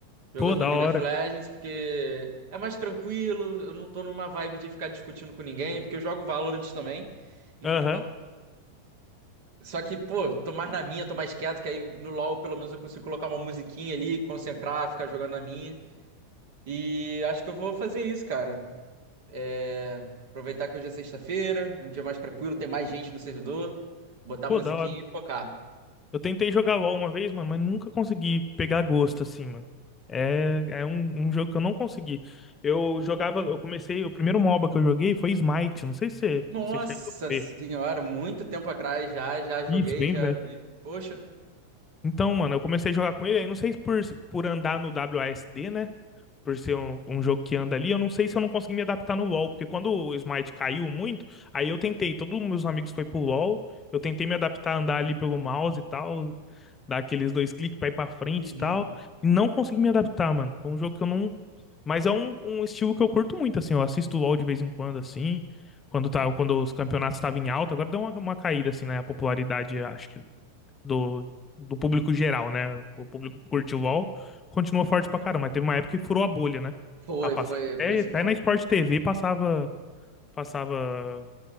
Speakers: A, on the right; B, on the left.
A: jogando
B: Pô, da
A: League
B: hora.
A: of Legends, porque é mais tranquilo, eu não tô numa vibe de ficar discutindo com ninguém, porque eu jogo Valorant também. Então,
B: Aham.
A: Só que, pô, tô mais na minha, tô mais quieto, que aí no LoL pelo menos eu consigo colocar uma musiquinha ali, concentrar, ficar jogando na minha. E acho que eu vou fazer isso, cara. É, Aproveitar que hoje é sexta-feira, é um dia mais tranquilo, tem mais gente no servidor, botar a
B: Pô,
A: musiquinha
B: da hora.
A: e focar.
B: Eu tentei jogar LoL uma vez, mano, mas nunca consegui pegar gosto assim, mano. É, é um, um jogo que eu não consegui. Eu jogava, eu comecei, o primeiro MOBA que eu joguei foi Smite. Não sei se você,
A: Nossa
B: você chegou a ver.
A: senhora, muito tempo atrás já, já joguei,
B: Isso, bem
A: já
B: velho.
A: vi. Poxa.
B: Então, mano, eu comecei a jogar com ele, aí não sei se por, por andar no WASD, né? Por ser um, um jogo que anda ali, eu não sei se eu não consegui me adaptar no LoL, porque quando o Smite caiu muito, aí eu tentei, todos os meus amigos foi pro LoL, eu tentei me adaptar a andar ali pelo mouse e tal, dar aqueles dois cliques pra ir pra frente
A: Uhum.
B: e tal, e não consegui me adaptar, mano. É um jogo que eu não. Mas é um, um estilo que eu curto muito, assim, eu assisto o LoL de vez em quando, assim, quando, tá, quando os campeonatos estavam em alta, agora deu uma, uma caída, assim, né? A popularidade, acho que do, do público geral, né? O público que curte o LoL continua forte pra caramba, mas teve uma época que furou a bolha, né?
A: Foi,
B: Tá passando,
A: foi,
B: até,
A: foi isso
B: até
A: mesmo.
B: na Sport TV passava, passava